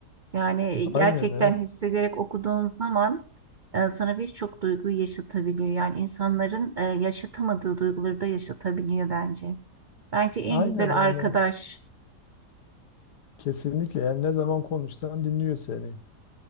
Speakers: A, on the right; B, on the left.
A: yani
B: Aynen
A: gerçekten
B: evet.
A: hissederek okuduğun zaman e, sana birçok duyguyu yaşatabiliyor yani insanların e, yaşatamadığı duyguları da yaşatabiliyor bence bence en
B: Aynen
A: güzel
B: yani.
A: arkadaş
B: Kesinlikle yani ne zaman konuşsan dinliyor seni.